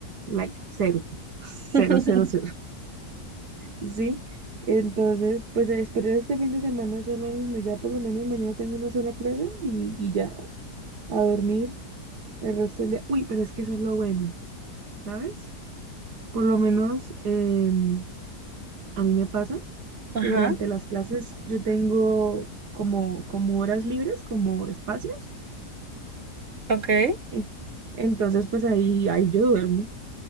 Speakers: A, on the right; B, on the right.
A: like cero, <laughs> cero,
B: <laughs>
A: cero, cero, ¿sí? Entonces, pues espero este fin de semana hacer lo mismo, ya por lo menos mañana tengo una sola clase y, y ya a dormir el resto del día. Uy, pero es que eso es lo bueno, ¿sabes? Por lo menos em, a mí me pasa.
B: Ajá,
A: que durante las clases yo tengo como, como horas libres, como espacios.
B: ok.
A: Eh, Entonces, pues ahí, ahí yo duermo.